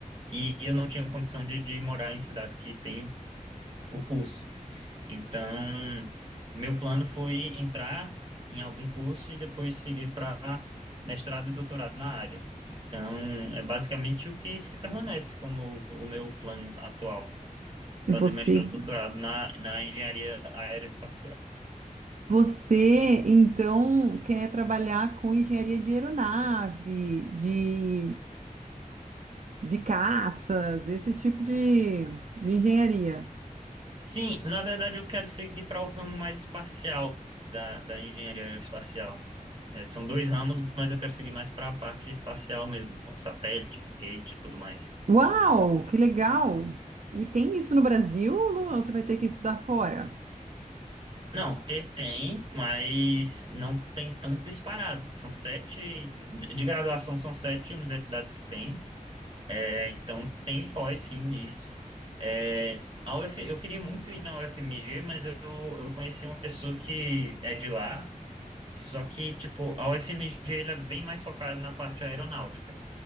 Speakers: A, on the right; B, on the right.
A: E eu não tinha condição de, de morar em cidades que tem o curso. Então, meu plano foi entrar em algum curso e depois seguir para mestrado e doutorado na área. Então, é basicamente o que se permanece como o o meu plano atual,
B: E
A: fazer
B: você,
A: mestrado e doutorado na, na engenharia aeroespacial.
B: você então quer trabalhar com engenharia de aeronave, de, de caças, esse tipo de, de engenharia.
A: Sim, na verdade eu quero seguir para o ramo mais espacial da, da engenharia aeroespacial. É, são dois ramos, mas eu quero seguir mais para a parte espacial mesmo, então satélite, foguete e tudo mais.
B: Uau, que legal! E tem isso no Brasil, Luan? Você vai ter que estudar fora?
A: Não, ter tem, mas não tem tanto espalhado. São sete, de graduação são sete universidades que tem, é, então tem pós sim isso. É, a UF, eu queria muito ir na UFMG, mas eu, eu conheci uma pessoa que é de lá, só que, tipo, a UFMG ela é bem mais focada na parte aeronáutica,